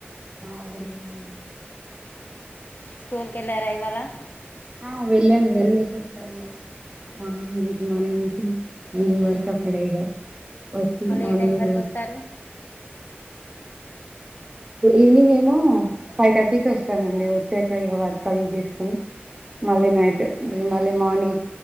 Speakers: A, on the right; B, on the left.
A: ఆ వెళ్ళినావండి
B: స్కూల్కి వెళ్ళారా ఇవ్వాలా
A: ఆ వెళ్ళాను వెళ్ళేసి వచ్చాను మ నుంచి మన నుంచి ఈవేనింగ్ వరకు అక్కడ ఇగ వచ్చి
B: మళ్ళీ
A: మార్నింగ్
B: ఏ టైం వరకు వస్తారు
A: ఈవినింగ్ ఏమో ఫైవ్ థర్టీకి వస్తానండి వచ్చాక ఇక వర్క్ అవి చేసుకుొని మళ్ళీ నైటు మళ్ళీ మార్నింగ్